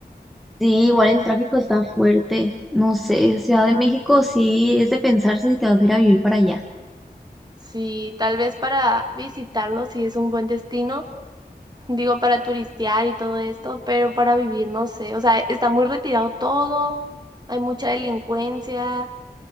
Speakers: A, in the centre; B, on the right.
A: Sí, igual el tráfico está fuerte. No sé, Ciudad de México sí es de pensarse si te vas a ir a vivir para allá.
B: Sí, tal vez para visitarlo sí es un buen destino, <laughs> digo, para turistear y todo esto, pero para vivir no sé, o sea, está muy retirado todo, hay mucha delincuencia,